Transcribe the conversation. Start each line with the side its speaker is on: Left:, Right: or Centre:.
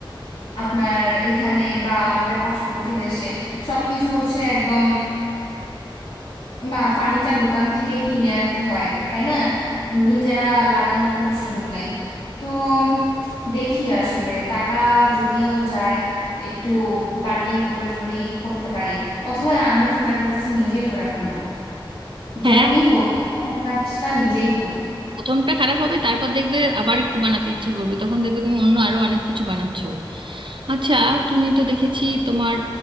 Left: আপনার এখানে বা আমাদের পার্শ্ববর্তী দেশে সবকিছু হচ্ছে একদম বা ফার্নিচার দোকান থেকে কিনে আনতে হয় তাই না নিজেরা লাগানোর কোনো সুযোগ নেই তো দেখি আসলে টাকা যদিও যায় একটু বার্গেন করে যদি করতে পারি অথবা আমি চিন্তা করতেছি নিজেই করে ফেলবো যেমনই
Right: হ্যাঁ
Left: হোক প্রথম কাজটা নিজেই করি
Right: প্রথমটা খারাপ হবে তারপর দেখবে আবার একটু বানাতে ইচ্ছে করবে তখন দেখবে তুমি অন্য আরো অনেক কিছু বানাচ্ছো আচ্ছা তুমি তো দেখেছি তোমার